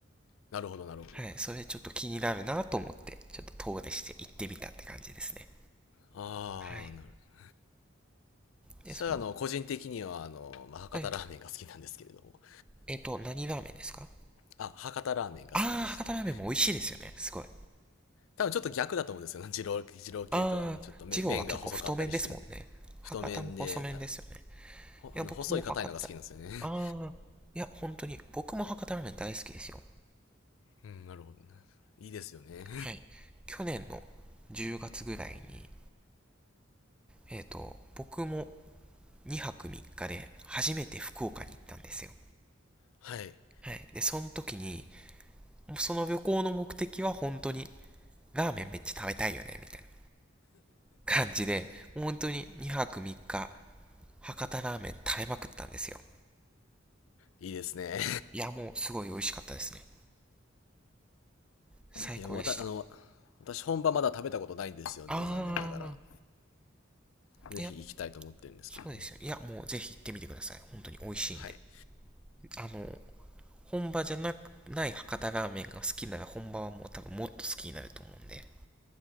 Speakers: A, on the left (about 85°); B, in the centre.
A: なるほどなるほど。
B: はい、それちょっと気になるなと思って、ちょっと遠出して行ってみたって感じですね。
A: ああ、
B: はい。
A: なるほど
B: で、
A: そしたら、
B: その、
A: あの、個人的には、あの、まあ、博多ラーメンが好きなんですけれども。
B: え、えっ、と、何ラーメンですか
A: あ、博多ラーメンが好きでして。
B: あー、博多ラーメンも美味しいですよね。すごい。
A: 多分ちょっと逆だと思うんですよね。二郎二郎系とはね、
B: あー、
A: ちょっとめ麺が細かったりしてね。
B: 二郎は結構太麺ですもんね。
A: 太麺で、
B: 博多も細麺ですよね。
A: あ、ほあの、
B: いや、僕も博多。
A: 細い硬いのが好きなんですよね。
B: あー、いや、本当に、僕も博多ラーメン大好きですよ。
A: <laughs> うん、なるほどね。いいですよね。
B: はい。去年の10月ぐらいに、えっ、と、僕も2泊3日で初めて福岡に行ったんですよ。
A: <laughs> はい。
B: はい。で、その時に、もうその旅行の目的は本当に、ラーメンめっちゃ食べたいよね、みたいな感じで、もう本当に2泊3日、博多ラーメン食べまくったんですよ。
A: いいですね。
B: いや、もうすごい美味しかったですね。最高でした。
A: いや、また、あの、私本場まだ食べたことないんですよね、
B: あ
A: 残念ながら。
B: ー、
A: ぜひ行きたいと思ってるんですけどね。
B: いや、そうですよ。いや、もうぜひ行ってみてください。本当に美味しいんで。
A: はい。
B: あの、本場じゃなく、ない博多ラーメンが好きなら本場はもう多分もっと好きになると思うんで。